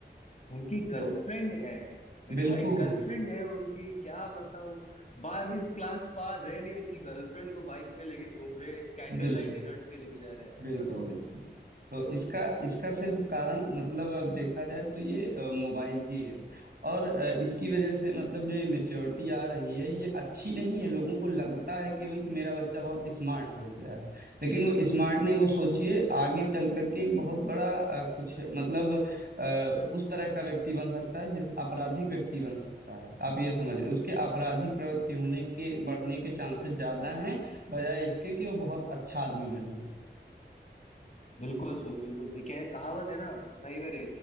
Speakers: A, on the left; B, on the right.
A: उनकी
B: तो
A: गर्लफ्रेंड है मेरे
B: बिल्कुल
A: भाई गर्लफ्रेंड है उनकी क्या बताओ बारहवीं क्लास पास है नहीं उनकी गर्लफ्रेंड को बाइक पे लेके घूम रहे कैंडल
B: बिल्कुल
A: लाइट डिनर पे लेके जा रहे हैं यार
B: बिल्कुल
A: गजब
B: बिल्कुल तो इसका इसका सिर्फ कारण मतलब अब देखा जाए तो ये अ, मोबाइल ही है और अ, इसकी वजह से मतलब जो ये मेच्योरिटी आ रही है ये अच्छी नहीं है लोगों को लगता है केवल कि मेरा बच्चा बहुत स्मार्ट हो गया है लेकिन वो स्मार्ट नहीं वो सोचिए आगे चल करके एक बहुत बड़ा अ, कुछ मतलब अ, उस तरह का व्यक्ति बन सकता है जिस आपराधिक व्यक्ति बन सकता है आप ये समझ रहे उसके आपराधिक प्रवृत्ति होने के बढ़ने के चांसेस ज्यादा हैं बजाय इसके कि वो बहुत अच्छा आदमी बनेगा
A: बिल्कुल सही बिल्कुल सही क्या है, कहावत है ना भाई मेरे